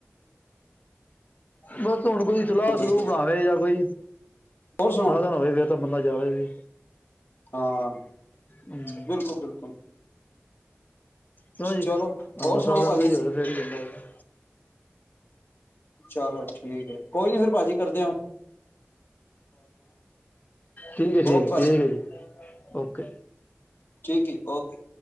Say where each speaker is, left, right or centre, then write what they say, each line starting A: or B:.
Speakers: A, on the left; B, on the left.
A: ਬਸ ਹੁਣ ਕੋਈ। ਸਲਾਹ ਸਲੂਹ
B: ਬਿਲਕੁਲ
A: ਬਣਾਵੇ ਜਾਂ ਕੋਈ
B: ਹੋਰ ਸੁਣਾਓ
A: ਸਾਧਨ ਹੋਵੇ ਫਿਰ ਤਾਂ ਬੰਦਾ ਜਾਵੇ ਵੀ
B: ਹਾਂ
A: ਹਮ।
B: ਬਿਲਕੁਲ ਬਿਲਕੁਲ
A: ਕਿਊ ਜੀ
B: ਚਲੋ ਹੋਰ ਸੁਣਾਓ
A: ਸਾਧਨ
B: ਭਾਜੀ
A: ਕੋਈ ਹੈ ਫੇਰ ਹੀ ਜਾਂਦਾ।
B: ਚਲੋ ਠੀਕ ਹੈ ਕੋਈ ਨੀ ਫੇਿਰ ਭਾਜੀ ਕਰਦੇਿਆਂ
A: ਠੀਕ ਹੈ ਜੀ
B: ਓਕੇ
A: ਠੀਕ
B: ਭਾਜੀ
A: ਠੀਕ ਹੈ ਜੀ ਓਕੇ।
B: ਠੀਕ ਜੀ ਓਕੇ।